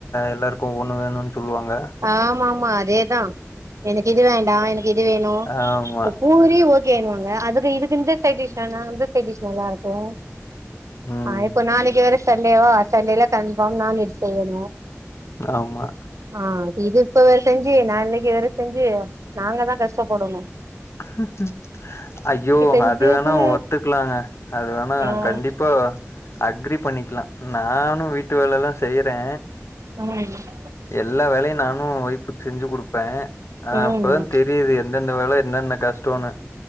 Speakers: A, on the left; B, on the right.
A: எல்லாருக்கு ஒண்ணு வேணுன்னு சொல்லுவாங்க
B: ஆமாமா அதேதா எனக்கு இது வேண்டா எனக்கு இது வேணு
A: ஆமா
B: இப்ப பூரி ஓகேண்வாங்க அதுக்கு இதுக்கு இந்த சைட் டிஷ் வேனா அந்த சைட்டிஷ் நல்லாருக்கு
A: ம்
B: ஆ இப்போ நாளைக்கி வேற சண்டேவா சண்டேல கன்ஃபார்ம் நான்வெஜ் இது செய்யணு
A: ஆமா
B: ஆ இது இப்ப வேற செஞ்சு நா இன்னக்கி வேற செஞ்சு நாங்க தா கஷ்டப்படணு
A: <unintelligible> ஐயோ
B: செஞ்சது
A: அது வேணா ஒத்துக்கலாங்க அது வேணா
B: ம்
A: கண்டிப்பா அக்ரி பண்ணிக்கலா நானு வீட்டு வேலலா செய்யிறே
B: ம்
A: எல்லா வேலையு நானு ஒய்ஃப்க்கு செஞ்சு குடுப்பே ஆ
B: ம் ம்
A: அப்பதா தெரியுது எந்தந்த வேல என்னன்ன கஷ்டோனு